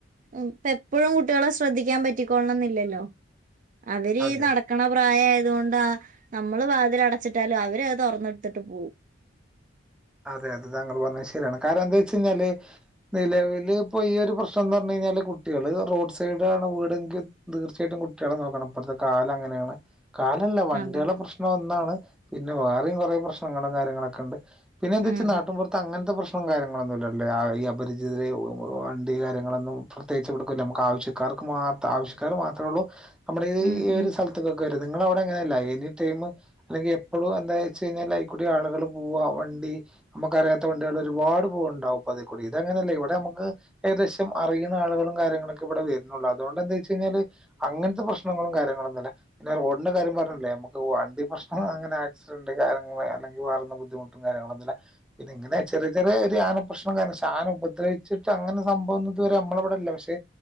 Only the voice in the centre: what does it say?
അതെ
അതെ
അതെ അതെ താങ്കൾ പറഞ്ഞത് ശരിയാണ് കാരണം ന്താച്ചഴിഞ്ഞാല്? നിലവില് ഇപ്പൊ ഈ ഒരു പ്രശ്നം ന്ന് പറഞ്ഞഴിഞ്ഞാല് കുട്ടികള് റോഡ് സൈടാണ് വീടെങ്കി - തീർച്ചയായിട്ടും കുട്ടികളെ നോക്കണം ഇപ്പഴത്തെ കാലം അങ്ങനെയാണ്. കാലല്ല വണ്ടികള
പ്രശ്നം ഒന്നാണ് പിന്നെ വേറെയും കുറെ പ്രശ്നങ്ങളും കാര്യങ്ങളൊക്കെണ്ട്. പിന്നെന്തച്ച
നാട്ടും പുറത്ത് അങ്ങന ത്തെ പ്രശ്നം കാര്യങ്ങളൊന്നുമില്ലല്ലി ഈ അപരി വണ്ടി കാര്യങ്ങളൊന്നും പ്രത്യേകിച്ച് എടുക്കില്ല നമുക്ക് ആവശ്യക്കാർക്ക് മാത്ര ആവശ്യക്കാർ മാത്രേള്ളൂ നമ്മളെ
ഈ
ഒരു സ്ഥലത്തക്കൊക്കെ വരും നിങ്ങളവിടെ അങ്ങനെയല്ല എനി ടൈം അല്ലെങ്കിൽ എപ്പോളും എന്തായിച്ചഴിയ്ഞാൽ അയ്ക്കൂടി ആളുകൾ പോവ വ ണ്ടി നമുക്കറിയാത്ത വണ്ടികൾ ഒരുപാട് പൂവണ്ടാവും അതി കൂടി ഇതങ്ങനെയല്ല ഇവിടെ നമുക്ക് ഏകദേശ അറിയുന്ന ആളുകളും കാര്യങ്ങളൊ ക്കെ ഇവിടെ വരുന്നുള്ള് അതുകൊണ്ട്ന്താച്ചഴിഞ്ഞാല്? അങ്ങനത്തെ പ്രശ്നങ്ങളും കാര്യങ്ങളുംന്നില്ല. പിന്നെ റോഡിന്റെ കാര്യം പറഞ്ഞില്ലേ നമ്മക്ക് വണ്ടി പ്രശ്നം അങ്ങനെ ആക്സിടന്റ് കാര്യങ്ങൾ അല്ലെങ്കിൽ വേറെന്ന ബുദ്ധിമുട്ട് കാര്യങ്ങളൊന്നുല്ല. പിന്നെ ഇങ്ങനെ ചെറിയ ചെറിയ ഒരു ആന പ്രശ്നം കാരണം ക്ഷേ ആന ഉപദ്രവിച്ചിട്ടങ്ങനെ സംഭവം ന്നും ഇതുവരെ നമ്മളെവിടെ ക്ഷെ